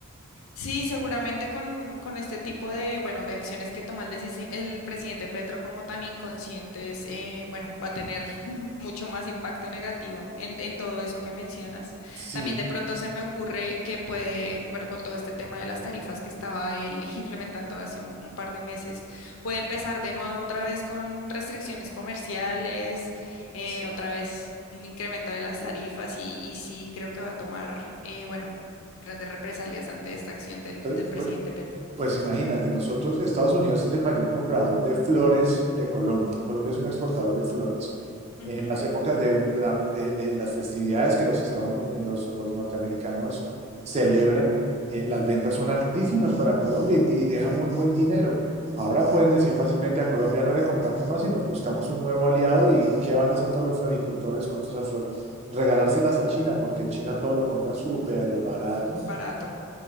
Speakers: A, on the left (about 70°); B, on the right (about 30°).
A: Sí, seguramente con, con este tipo de, bueno, de acciones que toma el, decisi- el presidente Petro como tan inconscientes, eh, bueno, va a tener <laughs> mucho más impacto negativo en, en todo eso que mencionas.
B: Sí,
A: También de pronto se me ocurre que puede, bueno, con todo este tema de las tarifas que estaba él <laughs> implementando hace un, un par de meses, puede empezar de nuevo otra vez con restricciones comerciales,
B: exacto.
A: eh, otra vez un incremento de las tarifas y, y sí, creo que va a tomar, eh, bueno grandes represalias ante esta acción del,
B: Pues,
A: del presidente
B: pues-
A: Petro.
B: pues imagínate, nosotros, Estados Unidos es el mayor comprador de flores de Colombia. Colombia es un exportador de flores.
A: Ujú,
B: En las épocas de, la- de- de las festividades que los, estados, en los, los norteamericanos celebran, eh, las ventas son altísimas para Colombia y, y deja muy buen dinero. Ahora pueden decir fácilmente a Colombia no le compramos más y nos buscamos un nuevo aliado y ¿qué van a hacer todos los floricultores con todas esas flores? Regalárselas a China porque China todo lo compra súper barato
A: Barato.